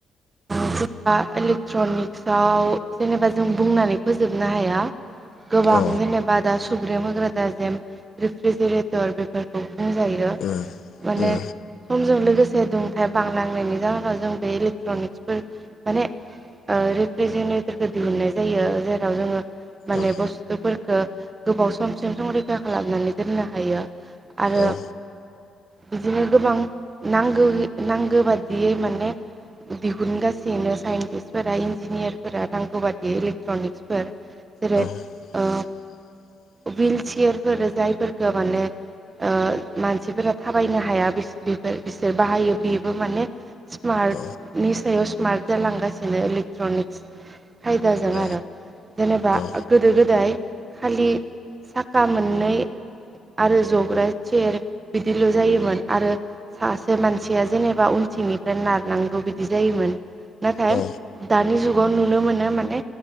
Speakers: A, on the right; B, on the left.
A: जेनेबा इलेक्ट्रनिक्सआव जेनेबा जों बुंनानै फोजोबनो हाया। गोबां
B: औ
A: जेनेबा दा सुग्रेम होग्रा दा जेम रिफ्रिजिरेटर बेफोरखौ बुंजायो
B: उम
A: माने
B: उम
A: समजों लोगोसे दुंथायाइ बांलांनायनि जाहोनाव जों बे इलेक्ट्रनिक्स फोर माने ओ रिफ्रेजेनेटरखौ दिहुननाय जायो जेराव जोङो माने
B: उम
A: बुस्थुफोरखौ गोबाव समसिम संरैखा खालामनानै दोननो हायो। आरो
B: औ
A: बिदिनो गोबां नांगौ- नांगौ बादियै माने दिहुनगासिनो साइन्टिस्टफोरा इन्जिनियारफोरा नांगौ बादि इलेक्ट्रनिक्सफोर जेरै
B: औ
A: ओ
B: <inaudible> <inaudible>
A: विल चियारफोर जायफोरफोरखौ माने ओ मानसिफोरा थाबायनो हाया बेफोर बिसोर बाहायो बेबो माने स्मार्टनि
B: औ
A: सायाव स्मार्ट जालांगासिनो इलेक्ट्रनिक्स खायदाजों
B: औ
A: आरो जेनेबा
B: औ
A: गोदो -गोदाय खालि साखा मोननै आरो जग्रा चेयर बिदिल' जायोमोन आरो सासे मानसिया जेनेबा उनथिंनि ओमफ्राय नारनांगौ बिदि जायोमोन नाथाय
B: औ ओ उम औ
A: दानि जुगाव नुनो मोनो माने